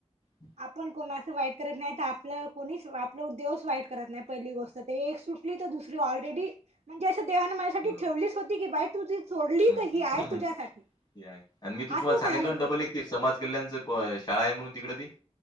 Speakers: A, on the left; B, on the right.
A: ह.
B: आपण कोणा असं वाईट करत नाही तर आपलं कोणी आपलं देवस वाईट करत नाही पहिली गोष्ट ते एक सुट दुसरी ऑलरेडी म्हणजे अस
A: बरोबर.
B: ठेवलीच होती की बाई तू ती सोडली
A: हम्म
B: तर ही आहे
A: हम्म
B: तुझ्यासाठी
A: आणि मी तुमला
B: असं
A: सांगललं
B: झालं
A: डबल
B: ते
A: एक समाज कल्याणच शाळा आहे म्हणून तिकड ती